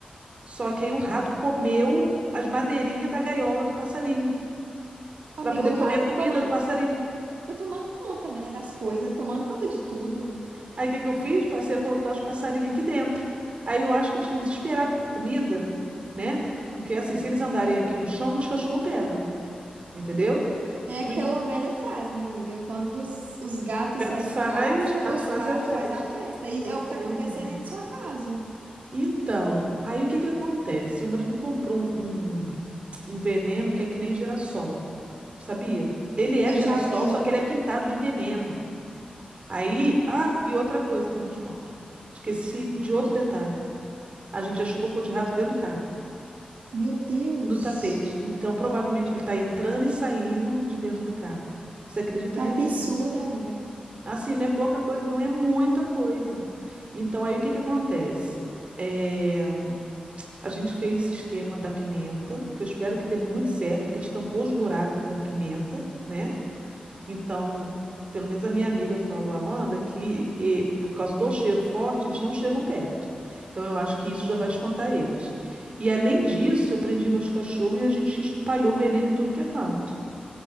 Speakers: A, on the right; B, on the right.
A: Só que aí o rato comeu as madeirinhas da gaiola do passarinho
B: Amiga,
A: para poder
B: o
A: comer
B: rato
A: a comida
B: tá tomando,
A: do passarinho.
B: tá tomando conta, né, das coisas, tá tomando conta de tudo.
A: Aí o que que eu fiz? Passei a colocar os passarinhos aqui dentro. Aí eu acho que eles estão desesperados por comida, né? Porque assim, se eles andarem aqui no chão, os cachorros pegam, entendeu?
B: É aquela
A: No- O
B: velha frase, né, amiga? Quando os, os gatos
A: gato
B: saem
A: sai,
B: de casa,
A: os gatos
B: os
A: fazem
B: ratos
A: a festa.
B: fazem a festa. E
A: Pois
B: é o que tá
A: é,
B: acontecendo
A: menino.
B: aí na sua casa.
A: Então, aí o que que acontece? Meu marido comprou um, um veneno que é que nem girassol, sabia? Ele é
B: Eu
A: girassol,
B: já vi.
A: só que ele é pintado de veneno. Aí, ah, e outra coisa que eu não te conto. Esqueci de outro detalhe. A gente achou cocô de rato dentro do carro,
B: Meu Deus,
A: no tapete. Então, provavelmente ele está entrando e saindo de dentro do carro. Você acredita
B: que
A: nisso,
B: absurdo,
A: amiga?
B: amiga.
A: Assim, não é pouca coisa, não é muita coisa. Então, aí o que que acontece? É, a gente fez esse esquema da pimenta, que eu espero que dê muito certo, porque a gente tampou os buracos com pimenta, né? Então, pelo menos a minha amiga falou, Amanda, que eh, por causa do cheiro forte, eles não chegam perto. Então, eu acho que isso já vai espantar eles. E além disso, eu prendi meus cachorros e a gente espalhou veneno em tudo que é canto.